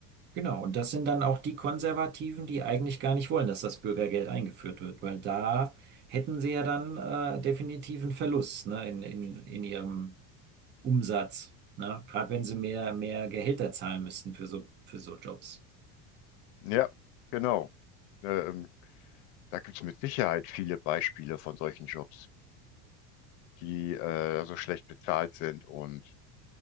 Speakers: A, on the right; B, on the left.
A: Genau. Und das sind dann auch die Konservativen, die eigentlich gar nicht wollen, dass das Bürgergeld eingeführt wird, weil da hätten sie ja dann äh, definitiv einen Verlust, ne, in, in, in ihrem Umsatz, ne? Gerade wenn sie mehr, mehr Gehälter zahlen müssten für so, für so Jobs.
B: Ja, genau. Ähm, da gibt es mit Sicherheit viele Beispiele von solchen Jobs, die äh, so schlecht bezahlt sind. Und